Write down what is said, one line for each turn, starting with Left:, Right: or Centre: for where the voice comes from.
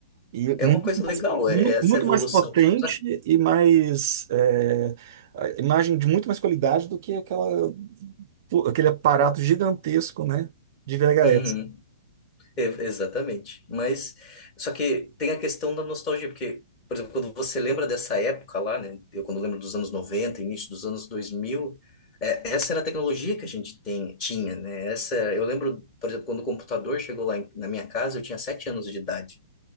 Right: E muito,
Left: é uma coisa
Right: mais
Left: legal,
Right: muito-
Left: é é essa
Right: muito
Left: evolução.
Right: mais potente
Left: Só
Right: e mais é, a imagem de muito mais qualidade do que aquela, aquele aparato gigantesco, né, de VHS.
Left: Uhum, e- exatamente. Mas só que tem a questão da nostalgia, porque, por exemplo, quando você lembra dessa época lá, né? Eu quando lembro dos anos 90, início dos anos 2000, é, essa era a tecnologia que a gente tem, tinha, né? Essa, eu lembro, por exemplo, quando o computador chegou lá em- na minha casa, eu tinha sete anos de idade.